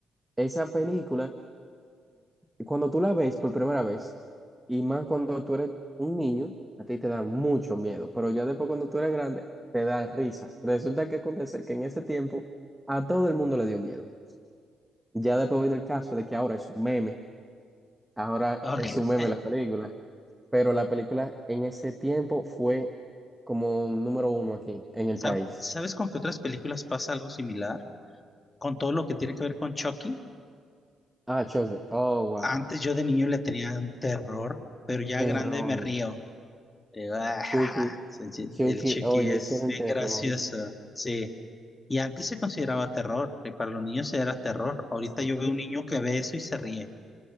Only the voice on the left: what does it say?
Ok.
<laughs>
Sa-
¿Sabes con qué otras películas pasa algo similar? Con todo lo que tiene que ver con Chucky.
Antes yo de niño le tenía un terror, pero ya
grande me río. Eh, ah,
ja, ja, sí, sí,
El Chucky
es
bien
gracioso. Sí. Y antes se consideraba terror, y para los niños era terror. Ahorita
yo veo un niño que ve eso y se ríe.